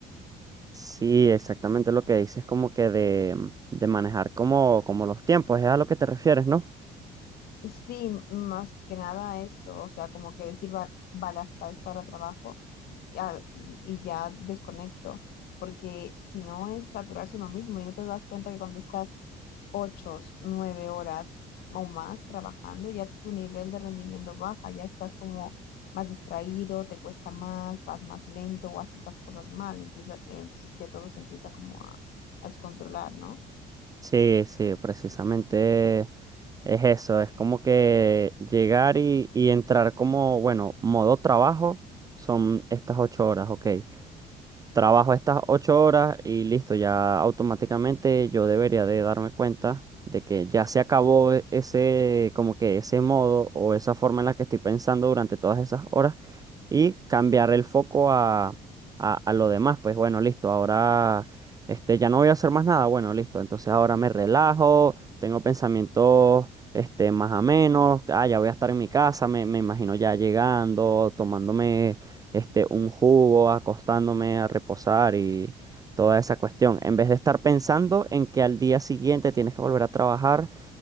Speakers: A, on the right (about 20°); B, on the left (about 70°).
A: Sí, exactamente lo que dices, como que de, de manejar como, como los tiempos, es a lo que te refieres, ¿no?
B: Sí, más que nada eso, o sea, como que decir, va- vale, hasta esta hora trabajo y, a- y ya desconecto, porque si no es saturarse uno mismo y no te das cuenta que cuando estás ocho, nueve horas o más trabajando, ya tu nivel de rendimiento baja, ya estás como más distraído, te cuesta más, vas más lento o haces las cosas mal, empieza, entonces ya todo se empieza como a a descontrolar, ¿no?
A: Sí, sí, precisamente es eso, es como que llegar y, y entrar como, bueno, modo trabajo son estas ocho horas, ok. Trabajo estas ocho horas y listo, ya automáticamente yo debería de darme cuenta de que ya se acabó e- ese, como que ese modo o esa forma en la que estoy pensando durante todas esas horas y cambiar el foco a, a, a lo demás. Pues bueno, listo, ahora este, ya no voy a hacer más nada. Bueno, listo, entonces ahora me relajo, tengo pensamientos este, más amenos. Ah, ya voy a estar en mi casa, me, me imagino ya llegando, tomándome este, un jugo, acostándome a reposar y toda esa cuestión, en vez de estar pensando en que al día siguiente tienes que volver a trabajar